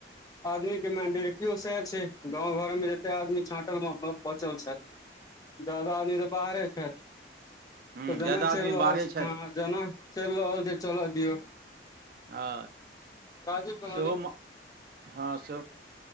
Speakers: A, on the left; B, on the right.
A: आदमी के मेंटलिटियो सएह छै गाँंव घर में जते आदमी छाँटल बचल छथि।
B: ह
A: ज्यादा आदमी तऽ बाहरे छेथ।
B: हुँ
A: तऽ जेना
B: ज्यादा आदमी
A: चलि रहल
B: बाहरे
A: छै
B: छथि
A: हँ जेना चलि रहल छै चलऽ दियौ।
B: हँ
A: राजीव कॉलोनी
B: सेहोमे हँ सेहो